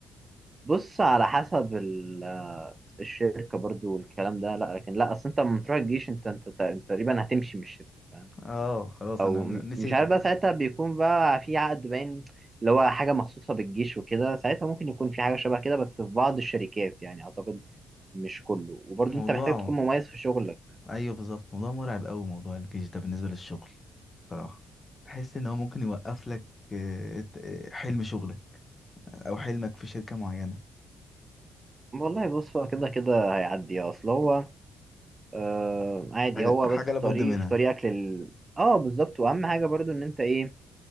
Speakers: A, on the right; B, on the left.
A: بص على حسب ال... الشركه برضو والكلام ده لا لكن لا اصل انت لما تروح الجيش انت انت انت تقريبا هتمشي من الشركه فاهم
B: اه خلاص
A: او
B: انا أنا
A: م-
B: نسيتك
A: مش عارف بقى
B: أنا.
A: ساعتها بيكون بقى في عقد باين اللي هو حاجه مخصوصه بالجيش وكده ساعتها ممكن يكون في حاجه شبه كده بس في بعض الشركات يعني اعتقد مش كله وبرضه
B: موضوع
A: انت محتاج تكون مميز في شغلك
B: ايوه بالظبط موضوع مرعب قوي موضوع الجيش ده بالنسبة للشغل بصراحة تحس ان هو ممكن يوقف لك آه، ت- آه، حلم شغلك او حلمك في شركة معينة
A: والله بص هو كده كده هيعدي اصل هو آه عادي
B: حاجة
A: هو
B: حاجة
A: بس
B: لابد
A: طريق
B: منها
A: في طريقك لل اه بالظبط واهم حاجه برضه ان انت ايه